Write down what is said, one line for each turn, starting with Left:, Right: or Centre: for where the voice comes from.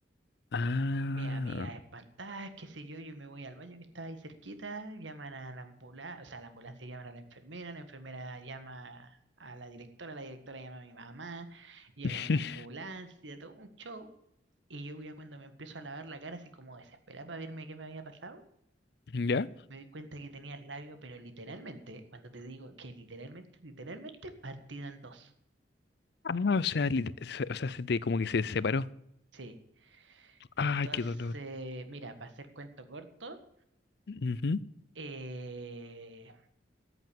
Left: Ah.
Right: Mi amiga espantada, qué sé yo, yo me voy al baño que estaba ahí cerquita, llaman a la ambulancia, o sea, la ambulancia llaman a la enfermera, la enfermera llama a la directora, la directora llama a mi mamá, llega
Left: <laughs>
Right: una ambulancia, todo un show, y yo ya cuando me empiezo a lavar la cara así como desesperada para verme qué me había pasado
Left: ¿Ya?
Right: Me di cuenta que tenía el labio, pero literalmente, ¿eh? cuando te digo que literalmente, literalmente partido en dos.
Left: Ah, o sea, lit- se- o sea, se te como que se separó.
Right: Sí. Entonces,
Left: Ay, qué dolor.
Right: mira, para hacer cuento corto,
Left: Ujú.
Right: eh,